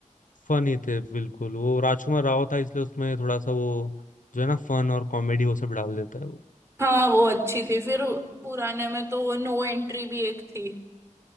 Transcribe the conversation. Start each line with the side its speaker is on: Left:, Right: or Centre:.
Left: फनी थे बिल्कुल वो राजकुमार राव था इसलिए उसमें थोड़ा सा वो जो है ना फन और कॉमेडी वो सब डाल देता है वो
Right: हाँ वो अच्छी थी फिर पुराने में तो वो नो एंट्री भी एक थी